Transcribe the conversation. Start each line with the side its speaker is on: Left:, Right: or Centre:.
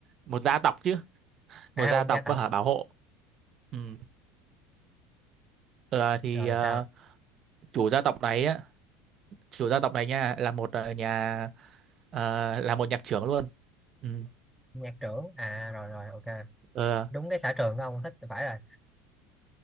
Right: một gia tộc chứ
Centre: à
Right: một gia
Centre: một
Right: tộc
Centre: gia tộc
Right: hả bảo hộ Ừm, ờ, thì
Centre: rồi
Right: ờ,
Centre: sao
Right: chủ gia tộc này á chủ gia tộc này nha là một ờ, nhà ờ, là một nhạc trưởng luôn Ừm,
Centre: nhạc trưởng à rồi rồi ok
Right: ờ,
Centre: đúng cái sở trường của ông thích thì phải rồi